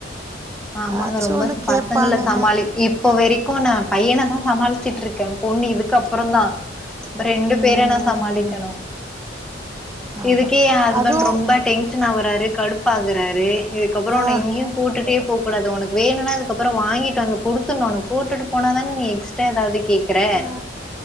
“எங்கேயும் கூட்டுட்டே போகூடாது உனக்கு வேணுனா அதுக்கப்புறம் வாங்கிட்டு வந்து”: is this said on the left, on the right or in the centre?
Centre